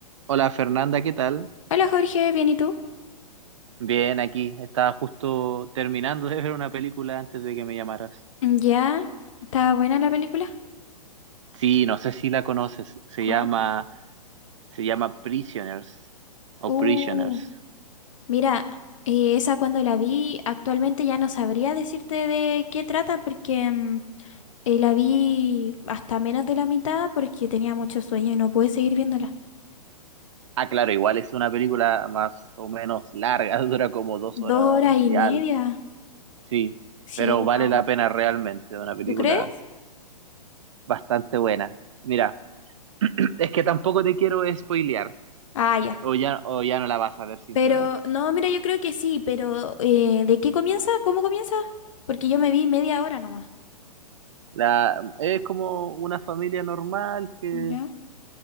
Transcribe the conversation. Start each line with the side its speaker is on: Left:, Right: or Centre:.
Right: Hola Fernanda, ¿qué tal?
Left: Hola Jorge, ¿bien y tú?
Right: Bien, aquí. Estaba justo terminando de ver una película antes de que me llamaras.
Left: ¿Ya? ¿Está buena la película?
Right: Sí, no sé si la conoces. Se
Left: ¿Cuál?
Right: llama, se llama Prisoners o
Left: Uh,
Right: Prisoners.
Left: mira, eh, esa cuando la vi, actualmente ya no sabría decirte de qué trata porque mm, eh, la vi hasta menos de la mitad porque tenía mucho sueño y no pude seguir viéndola.
Right: Ah, claro, igual es una película más o menos larga, <laughs> dura como dos
Left: Dos
Right: horas
Left: horas y
Right: y
Left: media.
Right: al. Sí,
Left: Sí,
Right: pero vale
Left: no.
Right: la pena realmente, una película
Left: ¿Tú crees?
Right: bastante buena. Mira, <clears throat> es que tampoco te quiero spoilear,
Left: Ah, ya.
Right: o ya, o ya no la vas a ver simplemente.
Left: Pero, no, mira, yo creo que sí, pero eh, ¿de qué comienza? ¿Cómo comienza? Porque yo me vi media hora nomás.
Right: La, es como una familia normal que
Left: ¿Ya?